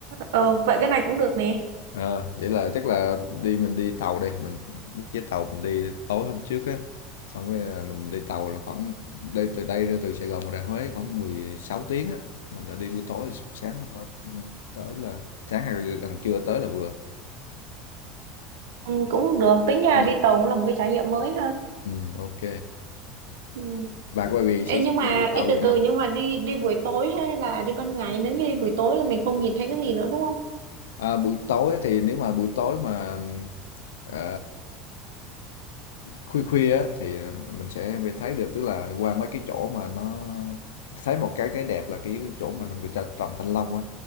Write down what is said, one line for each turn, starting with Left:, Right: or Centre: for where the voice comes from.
Right: ờ, vậy cái này cũng được nè.
Left: Ờ, vậy là chắc là đi mình đi tàu đây mình book vé tàu mình đi tối hôm trước á, xong rồi à, mình đi tàu là khoảng đi từ đây ra từ Sài Gòn ra Huế khoảng 16 tiếng á, mình là đi buổi tối sáng mà- mà tới là sáng hay là gần trưa tới là vừa.
Right: Ừ, cũng được, tính ra
Left: Ừ,
Right: đi tàu cũng là một cái trải nghiệm mới ha.
Left: Ừ, ok.
Right: Ừ.
Left: Bà quay về
Right: Ê,
Left: xây
Right: nhưng mà
Left: đi tàu
Right: ê, từ
Left: gì
Right: từ
Left: không?
Right: nhưng mà đi đi buổi tối hay là đi ban ngày? Nếu như đi buổi tối là mình không nhìn thấy cái gì nữa đúng không?
Left: À, buổi tối thì nếu mà buổi tối mà ừm, ờ, khuya khuya á thì mình sẽ mới thấy được tức là qua mấy cái chỗ mà nó thấy một cái cái đẹp là cái chỗ mà người ta trồng thanh long á